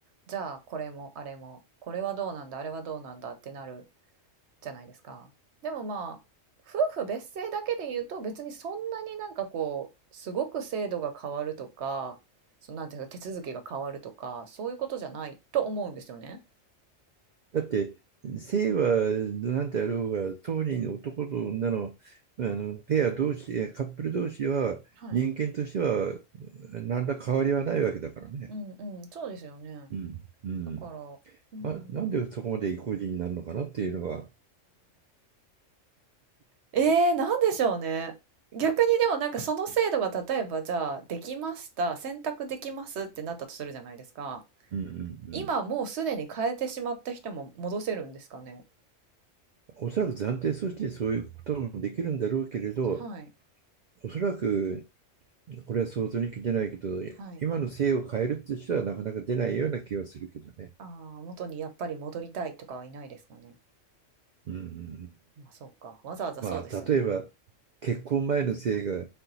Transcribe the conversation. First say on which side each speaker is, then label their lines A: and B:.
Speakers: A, on the right; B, on the right.
A: じゃあこれもあれも、これはどうなんだ、あれはどうなんだってなるじゃないですか。でもまあ、夫婦別姓だけで言うと別にそんなになんかこう、すごく制度が変わるとか、そうなんていうか手続きが変わるとか、そういうことじゃないと思うんですよね。
B: だって、性は何であろうが、当人男と女の、まあのペア同士、カップル同士は人間としては
A: はい。
B: 何ら変わりはないわけだからね。
A: うんうん、そうですよね。
B: うん、うん、
A: だから、うん。
B: あ、なんでそこまで意固地になるのかなっていうのは、
A: えー、なんでしょうね。逆にでもなんかその制度が例えばじゃあできました、選択できますってなったとするじゃないですか。
B: うん、うん、う
A: 今もうすでに変えてしまった人も戻せるんですかね。
B: ん。おそらく暫定措置でそういうこともできるんだろうけれど、
A: はい。
B: おそらくこれは想像に聞いてないけど、
A: はい。
B: 今の制を変えるって人はなかなか出ないような気はするけどね。
A: ああ、元にやっぱり戻りたいとかはいないですかね。
B: うんうんうん
A: まあそうか。わざわざそうですよね。
B: まあ、例えば結婚前の制が、